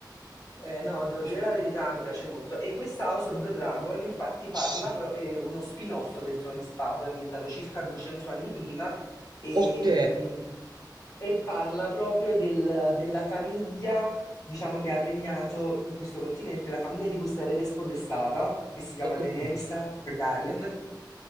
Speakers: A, on the left (about 45°); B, on the right (about 65°).
A: Eh, no, devo dire la verità, mi piace molto. E questa House of the Dragon, infatti, parla,
B: Sì,
A: però è uno spin-off del Trono di Spade, ambientato circa 200 anni prima, e,
B: ok,
A: mh, e parla proprio del- della famiglia, diciamo, che ha regnato in questo continente, la famiglia di questa erede spodestata, che si chiama
B: ho capito.
A: Daenerys Targaryen,